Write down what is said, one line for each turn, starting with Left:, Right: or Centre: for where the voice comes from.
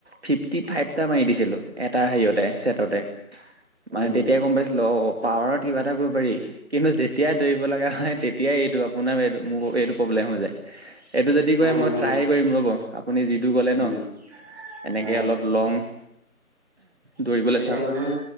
Right: ফিফটি ফাইভটা মাৰি দিছিলোঁ, এটা হেৰিয়তে ছেটতে।
Centre: উম
Right: মানে তেতিয়াই গম পাইছিলোঁ অ, পাৱাৰত কিবা এটা কৰিব পাৰি কিন্তু যেতিয়া দৰিব লগা হয় তেতিয়াই এইটো আপোনাৰ মোৰ এইটো প্ৰব্লেম হৈ যায়। এইটো যদি
Centre: নাই
Right: কয়
Centre: নাই
Right: মই
Centre: নাই
Right: ট্ৰাই কৰিম ৰ'ব আপুনি যিটো ক'লে
Centre: উম
Right: ন। এনেকে
Centre: হয় হয়
Right: অলপ লং দৌৰিবলৈ
Centre: এতিয়া
Right: চাম
Centre: মানে